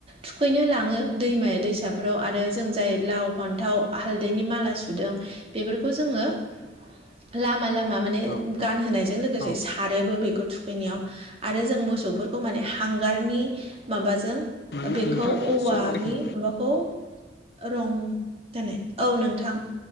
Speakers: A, on the right; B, on the left.
A: थुखैनो लाङो दैमा दैसाफोराव आरो जों जाय लाव फान्थाव हालदैनि माला सुदों बेफोरखौ जोङो लामा लामा माने
B: औ
A: गानहोनायजों लोगोसे
B: औ
A: थारोबो बेखौ थुखैनायाव आरो जों मोसौफोरखौ माने हांगारनि माबाजों
B: नोंथां
A: बेखौ औवानि
B: समा बारबाय
A: म खौ रं दोनै औ नोंथां